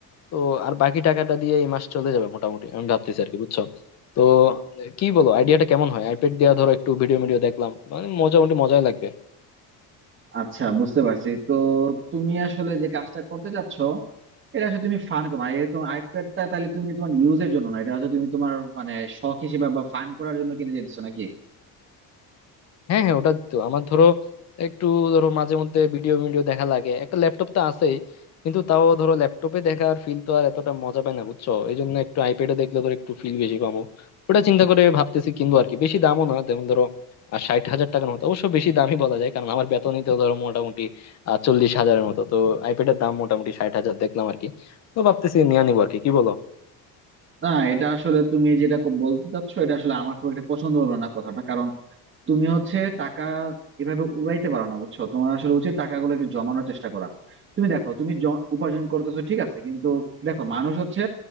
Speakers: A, on the left; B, on the right.
A: তো আর বাকি টাকাটা দিয়ে এই মাস চলে যাবে মোটামুটি আমি ভাবতেছি আর কি বুঝছো তো কি বলো আইডিয়াটা কেমন হয় আইপ্যাড দিয়া ধরো একটু ভিডিও ভিডিও দেখলাম মানে মোটামুটি মজাই লাগবে
B: আচ্ছা বুঝতে পারছি তো তুমি আসলে যে কাজটা করতে চাচ্ছ এটা আসলে তুমি ফান মানে এটা তোমার আইপ্যাডটা তাহলে তুমি তোমার ইউজের জন্য না এটা আসলে তুমি তোমার মানে শখ হিসেবে বা ফান করার জন্য কিনে যেতেছো নাকি
A: হ্যাঁ হ্যাঁ ওটা তো আমার ধরো একটু ধরো মাঝে মধ্যে ভিডিও ভিডিও দেখা লাগে একটা ল্যাপটপ তো আছেই কিন্তু তাও ধরো ল্যাপটপে দেখার ফিল তো আর এতটা মজা পায় না বুঝছো এই জন্য একটু আইপ্যাডে দেখলে ধরো একটু ফিল বেশি পাবো ওটা চিন্তা করে ভাবতেছি কিনবো আর কি বেশি দামও না যেমন ধরো আর ষাট হাজার টাকার মতো অবশ্য বেশি দামই বলা যায় কারণ আমার বেতনই তো ধরো মোটামুটি আহ চল্লিশ হাজারের মতো তো আইপ্যাডের দাম মোটামুটি ষাট হাজার দেখলাম আর কি তো ভাবতেছি নিয়ে নিবো আর কি কি বলো
B: না এটা আসলে তুমি যেটা ক- বলতে চাচ্ছ এটা আসলে আমার খুব একটা পছন্দ হলো না কথাটা কারণ তুমি হচ্ছে টাকা এভাবে উড়াইতে পারো না বুঝছো তোমার আসলে উচিত টাকাগুলো একটু জমানোর চেষ্টা করা তুমি দেখো তুমি জ- উপার্জন করতেছো ঠিক আছে কিন্তু দেখো মানুষ হচ্ছে